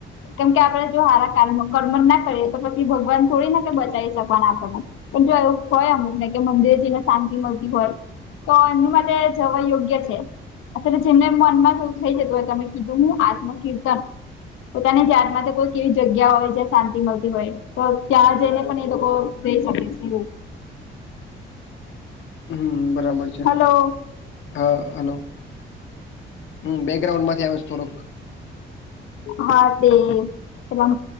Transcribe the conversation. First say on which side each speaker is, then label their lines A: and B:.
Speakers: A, on the left; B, on the left.
A: કેમ કે આપણેે જો હારા કરમ કર્મ ના કરીએ તો પછી ભગવાન થોડી ના કે બચાવી શકવાના આપણને. પણ જો એવું હોય અમુક ને કે મંદિરે જેને શાંતિ મળતી હોય. તો એમની માટે જવા યોગ્ય છે. અત્યારે જેમને મનમાં જેવું થઈ જતું હોય તમે કીધું હું આત્મ કિર્તન. પોતાની જાતમાં કોઈક કેવી જગ્યા હોય જ્યાં શાંતિ મળતી હોય. તો ત્યાં જઈને પણ એ લોકો કઈ શકે છે એવું.
B: હમ બરાબર છે,
A: હલો
B: હા હલો. હમ બેકગ્રઉન્ડ માંથી આવે થોડક.
A: હા તે, પેલા